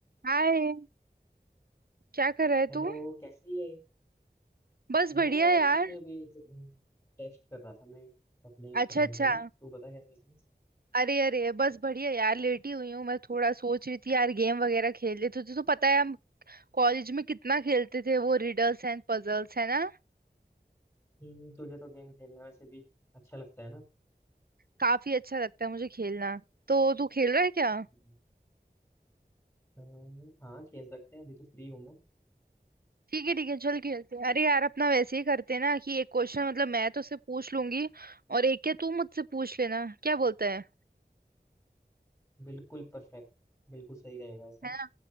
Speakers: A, on the right; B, on the left.
A: हाय क्या कर रहा है
B: Hello
A: तू
B: कैसी है
A: बस
B: मैं
A: बढ़िया
B: यार
A: यार
B: कुछ नहीं अभी एक टेक्स्ट कर रहा था मैं अपने एक
A: अच्छा
B: फ्रेंड
A: अच्छा
B: को ना तू बता क्या कर रही है
A: अरे अरे बस बढ़िया यार लेटी हुई हूँ मैं थोड़ा सोच रही थी यार गेम वगैरह खेल लेते तुझे तो पता है हम कॉलेज में कितना खेलते थे वो रिडल्स एंड पजल्स है ना
B: हम्म, तुझे तो गेम खेलना वैसे भी अच्छा लगता है ना
A: काफी अच्छा लगता है मुझे खेलना तो तू खेल रहा है क्या
B: हम्म। तो हाँ खेल सकते हैं अभी तो फ्री हूँ मैं
A: ठीक है ठीक है चल खेलते हैं अरे यार अपना वैसे ही करते हैं ना कि एक क्वेश्चन मतलब मैं तो उससे पूछ लूंगी और एक क्या तू मुझसे पूछ लेना क्या बोलता है
B: बिल्कुल परफेक्ट बिल्कुल सही रहेगा ऐसा
A: है ना